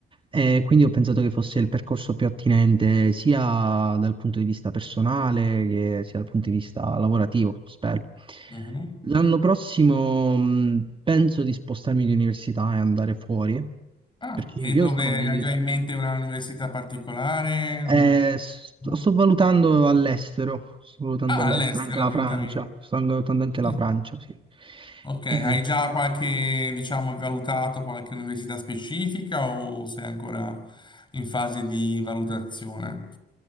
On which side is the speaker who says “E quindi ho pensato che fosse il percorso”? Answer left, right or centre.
Right